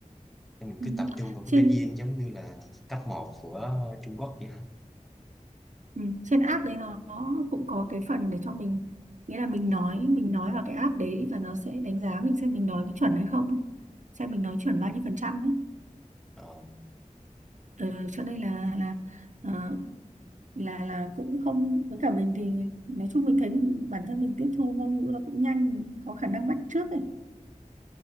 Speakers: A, in the centre; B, on the right.
A: nên mình
B: Ừ.
A: cứ tập trung vào cái
B: trên
A: pinyin giống như là cấp một của Trung Quốc vậy đó
B: Ừ. Trên app đấy nó cũng có cái phần để cho mình nghĩa là mình nói mình nói vào cái app đấy và nó sẽ đánh giá mình xem mình nói có chuẩn hay không ấy. xem mình nói chuẩn bao nhiêu phần trăm ấy
A: Đó.
B: ừ, cho nên là là ờ, là là cũng không với cả mình thì nói chung mình thấy mình bản thân mình tiếp thu ngôn ngữ nó cũng nhanh mình có khả năng bắt chước ấy